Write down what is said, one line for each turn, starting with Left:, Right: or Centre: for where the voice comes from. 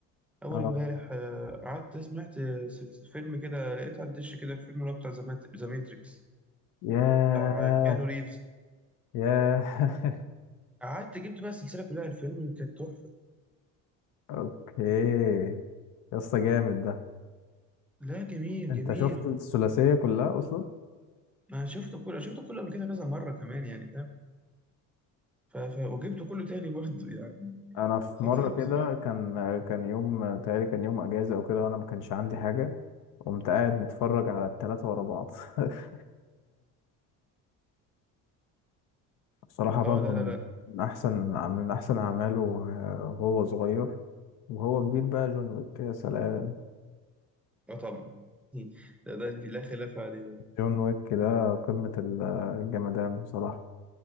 Centre: اول
Left: اه
Centre: امبارح آه، قعدت سمعت آه، سلس- فيلم كده لقيت على الدش كده الفيلم اللي هو بتاع ذا ماتريكس
Left: ياه
Centre: بتاع آه، كيانو ريفز
Left: ياه <laughs>
Centre: قعدت جبت بقى السلسله كلها الفيلم كانت تحفه
Left: اوكي يا اسطى جامد ده
Centre: لا جميل
Left: انت
Centre: جميل
Left: شفت الثلاثيه كلها اصلا
Centre: انا شفته كله شفته كله قبل كده كذا مره كمان يعني فاهم ف... ف... وجبته كله تاني برضه يعني
Left: انا في
Centre: خطير
Left: مره كده
Centre: بصراحه
Left: كان كان يوم تقريبا كان يوم اجازه او كده وانا ما كانش عندي حاجه قمت قاعد متفرج على الثلاثه ورا بعض <laughs> بصراحه برضو
Centre: اه لا
Left: من
Centre: لا لا
Left: من احسن من احسن اعماله آه، وهو صغير وهو كبير بقى جون ويك يا سلام
Centre: اه طبعا <laughs> ده, ده في- لا خلاف عليه
Left: جون ويك ده قمة ال- الجمدان بصراحة